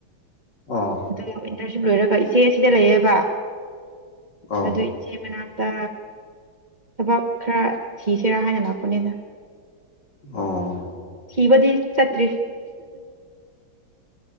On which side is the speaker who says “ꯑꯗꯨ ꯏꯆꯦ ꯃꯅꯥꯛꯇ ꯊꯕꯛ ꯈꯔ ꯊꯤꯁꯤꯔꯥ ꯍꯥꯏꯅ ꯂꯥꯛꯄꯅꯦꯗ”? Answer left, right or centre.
Right